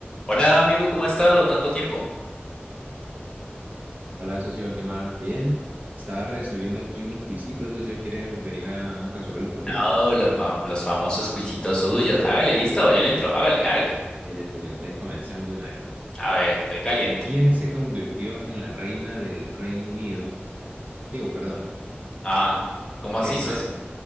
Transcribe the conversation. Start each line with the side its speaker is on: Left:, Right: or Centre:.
Left: Hola amigo, ¿cómo ha estado? Tanto tiempo.
Right: Hola, socio, ¿qué más? Bien. Estaba resolviendo aquí unos quisitos, socio. ¿Quiere venir a resolverlos conmigo?
Left: Oh, los, ma- los famosos cuisitos suyos. Hágale, listo, yo le entro, hágale, hágale.
Right: Bien, socio, entonces comencemos de una vez.
Left: A ver, estoy caliente.
Right: ¿Quién se convirtió en la reina del Reino Unido? Digo, perdón,
Left: Ah, ¿cómo
Right: leí
Left: así, socio?
Right: mal.